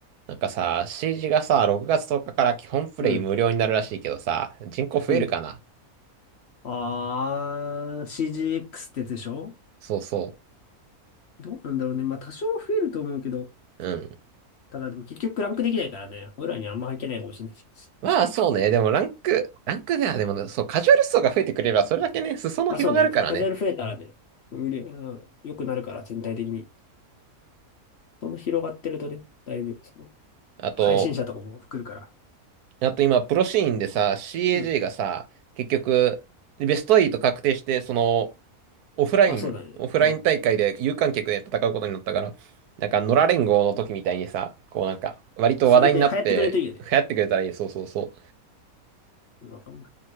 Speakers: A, on the right (about 80°); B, on the left (about 55°).
A: なんかさ、CG がさ、6月10日かから基本プレイ無料になるらしいけどさ、
B: うん、
A: 人口増えるかな
B: うん。あー、CGX ってやつでしょ
A: そうそ
B: どうなんだろうね。まあ、多少増えると思うけど、
A: う。うん。
B: ただでも結局ランクできないからね、俺らにあんま入ってないかもしれないし。
A: まあそうね、でもランク、ランクではでもね、そう、カジュアル層が増えてくれれば、それだけね、裾野広がるからね。
B: まあそうね、カカジュアル増えたらね、無理、うん良くなるから、全体的に。その広がってるとね、だいぶ、その、
A: あと、
B: 配信者とかも来るから。
A: あと今、プロシーンでさ、CAG
B: うん。
A: がさ、結局、ベスト8確定して、その、オフライン、
B: まあ、そうだね。
A: オフライン大会で有観客で戦うことになったから、
B: うん。
A: なんか、野良連合の時みたいにさ、こうなんか、割と話題になって、
B: それで流行ってくれるといいよね。
A: 流行ってくれたらいい。そうそうそ
B: なんかもう